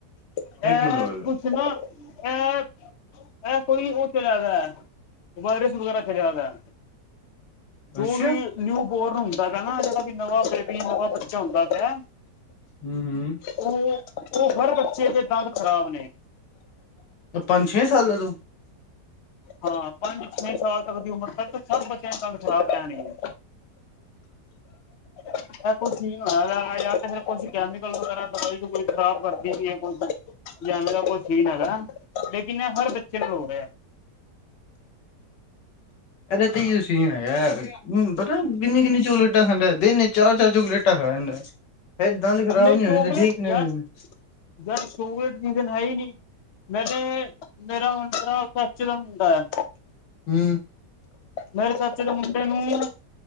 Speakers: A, on the left; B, on the left.
A: ਇਹ
B: ਕਿਵੇਂ ਹੋ
A: ਕੁ
B: ਰਿਹਾ
A: ਕੁਛ ਨਾ ਇਹ-ਇਹ ਕੋਈ ਚਲਿਆ ਦੈ ਵਾਇਰਸ ਵਗੈਰਾ ਚੱਲਿਆ ਦੈ ਜੋ
B: ਅੱਛਾ
A: ਵੀ ਨਿਊ ਬੋਰਨ ਹੁੰਦਾ ਪਿਆ ਨਾ ਜਿਹੜਾ ਵੀ ਨਵਾਂ ਬੇਬੀ ਨਵਾਂ ਬੱਚਾ ਹੁੰਦਾ ਪਿਆ।
B: ਹੂੰ-ਹੂੰ
A: ਉਹ ਹੋ ਉਹ ਹਰ ਬੱਚੇ ਦੇ ਦੰਦ ਖ਼ਰਾਬ ਨੇ।
B: ਪੰਜ-ਛੇ ਸਾਲਾਂ ਤੋਂ।
A: ਹਾਂ ਪੰਜ-ਛੇ ਸਾਲ ਤੱਕ ਦੀ ਉਮਰ ਤ ਸਭ ਬੱਚਿਆਂ ਸਾਲ ਖਰਾਬ ਰਹਿਣਗੇ। ਇਹ ਕੁਈ ਸੀਨ ਹੋਣਾ ਯਾ ਤੇ ਫਿਰ ਕੁਛ ਕੈਮੀਕਲ ਵਗੈਰਾ ਦਵਾਈ-ਦੁਬਈ ਖਰਾਬ ਕਰਦੀ ਪਈ ਏ ਕੁਛ। ਯਾ ਐਵੇਂ ਦਾ ਉਹ ਸੀਨ ਹੈਗਾ ਲੇਕਿਨ ਇਹ ਹਰ ਬੱਚੇ ਨਾਲ ਹੋ ਰਿਹਾ।
B: ਇਹਦਾ ਤੇ ਇਹੀਉ ਸੀਨ ਹੈਗਾ। ਹਮ ਪਤਾ ਕਿੰਨੀ-ਕਿੰਨੀ ਚੁਕਲੇਟਾ ਖਾਂਦਾ ਦਿਨ ਚ ਚਾਰ-ਚਾਰ ਚੋਕਲੇਟਾ ਖਾ ਜਾਂਦਾ। ਫੇਰ ਦੰਦ ਖ਼ਰਾਬ
A: ਨਈ
B: ਨੀ
A: ਚੋਕਲੇਟ
B: ਹੋਣੇ ਤੇ ਠੀਕ ਨੇ
A: ਯਾਰ,
B: ਹੂੰ
A: ਯਾਰ ਚੋਕਲੇਟ ਰੀਜ਼ਨ ਹੈ ਹੀ ਨਈ। ਮੈਂ ਤੇ ਮੇਰਾ ਉਸਰਾਂ ਚਾਚੇ ਦਾ ਮੁੰਡਾ ਹੈ।
B: ਹੂੰ
A: ਮੇਰੇ ਚਾਚੇ ਦੇ ਮੁੰਡੇ ਨੂੰ